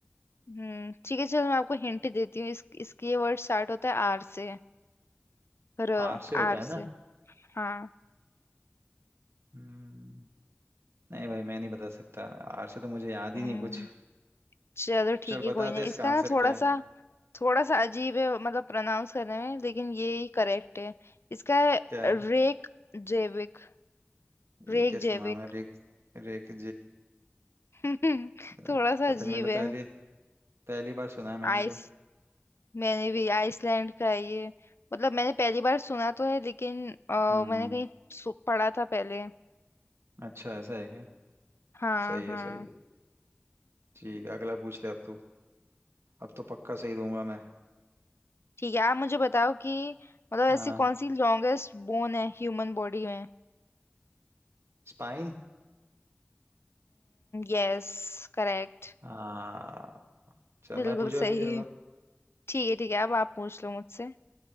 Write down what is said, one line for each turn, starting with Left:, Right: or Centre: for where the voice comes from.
Left: हम्म ठीक है चलो मैं आपको हिंट देती हूँ इस इसकी ये वर्ड स्टार्ट होता है आर से र
Right: हार से
Left: आर
Right: होता है
Left: से
Right: ना
Left: हाँ
Right: हम्म, नहीं भाई मैं नहीं बता सकता हार से तो मुझे याद
Left: हम्म।
Right: ही नहीं कुछ
Left: चलो ठीक
Right: चल
Left: है
Right: बता
Left: कोई
Right: दे
Left: नहीं
Right: इसका
Left: इसका
Right: आंसर
Left: ना थोड़ा
Right: क्या है
Left: सा थोड़ा सा अजीब है मतलब प्रोनाउंस करने में लेकिन ये ही करेक्ट है इसका है
Right: क्या है
Left: रेक जेविक रेक
Right: ये कैसा
Left: जेविक
Right: नाम है रेक रेक
Left: <laughs>
Right: अ,
Left: थोड़ा सा
Right: पता
Left: अजीब
Right: नहीं मैंने तो
Left: है
Right: पहली पहली बार सुना है मैंने
Left: आइस
Right: तो
Left: मैंने भी आइसलैंड का है ये मतलब मैंने पहली बार सुना तो है लेकिन अ,
Right: हम्म
Left: मैंने कहीं सु- पढ़ा था पहले
Right: अच्छा ऐसा है क्या
Left: हाँ
Right: सही
Left: हाँ
Right: है सही है ठीक है अगला पूछ ले अब तू अब तो पक्का सही दूंगा मैं
Left: ठीक है आप मुझे बताओ कि मतलब
Right: हाँ
Left: ऐसी कौन सी लॉन्गेस्ट बोन है ह्यूमन बॉडी में
Right: स्पाइन
Left: यस करेक्ट
Right: हाँ चल
Left: बिल्कुल
Right: मैं पूछा
Left: सही
Right: अभी देखो
Left: ठीक है ठीक है अब आप पूछ लो मुझसे